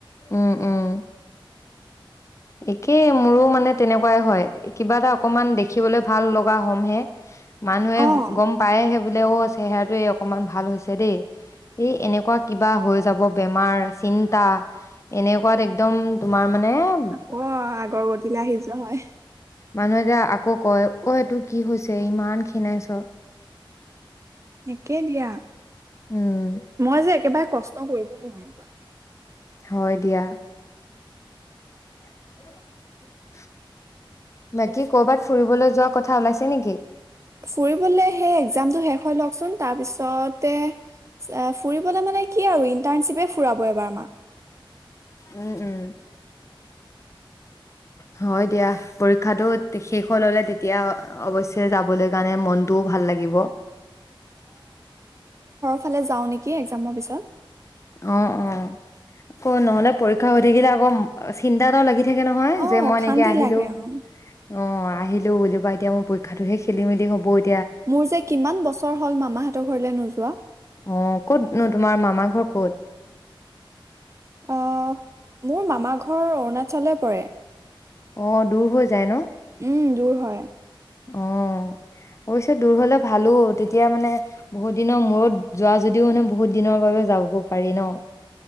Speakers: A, on the left (about 35°); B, on the right (about 35°).
A: উম, উম। একেই মোৰো মানে তেনেকুৱাই হয়, কিবা এটা অকমান দেখিবলৈ ভাল লগা হ'মহে মানুহে
B: অ'
A: গম পায়, সেই বোলে অ', চেহেৰাটো অকমান ভাল হৈছে দেই। এই এনেকুৱা কিবা হৈ যাব বেমাৰ, চিন্তা। এনেকুৱাত একদম তোমাৰ মানে। একে
B: আকৌ আগৰ গতিলৈ আহি যোৱা হয়।
A: মানুহ যে আকৌ কয়, অ', এইটো কি হৈছে। ইমান ক্ষীণাইছোঁ।
B: একে দিয়া।
A: উম
B: মই যে একেবাৰে কষ্ট ত কৰিব নোৱাৰো।
A: হয় দিয়া। <unintelligible> বাকী ক'ৰবাত ফুৰিবলৈ যোৱা কথ কথা ওলাইছে নেকি।
B: ফুৰিবলে, সেই এক্সাম শেষ হৈ লওকচোন। তাৰ পিছতে, এ ফুৰিবলে মানে কি আৰু ইন ইন্টাৰচিপে ফুৰাব এইবাৰ আমাক।
A: উম, উম। হয় দিয়া। পৰীক্ষাটো শেষ হৈ ল'লে, তেতিয়া অৱশ্যে যাবলৈ কাৰণে মনটোও ভাল লাগিব।
B: এফালে যাওঁ নেকি, এক্সামৰ পিছত।
A: অ', অ, আকৌ নহ'লে পৰীক্ষা হৈ থাকিলে, আকৌ চিন্তা এটাও লাগি থ থাকে নহয়।
B: অ
A: যে মই
B: অশান্তি
A: এনেকে আহিলোঁ।
B: লাগে অ
A: অ', আহিলোঁ বুলি কৈ, এতিয়া মোৰ পৰীক্ষাটোহে খেলি-মেলি হ'ব। এত-
B: মোৰ যে কিমান বছৰ হ'ল মামাহঁতৰ ঘৰলে নোযোৱা।
A: অ', কতনো, তোমাৰ মামা ঘৰ ক'ত।
B: অ', মোৰ মামা ঘৰ অৰুণাচলে পৰে
A: অ', দূৰ হৈ যায় ন।
B: উম, দূৰ হয়
A: অ', অৱশ্যে দূৰ হ'লে ভালো, তেতিয়া মানে বহুত দিনৰ মূৰত যোৱা যদিও মানে বহুত দিনৰ বাবে যাব পাৰি ন।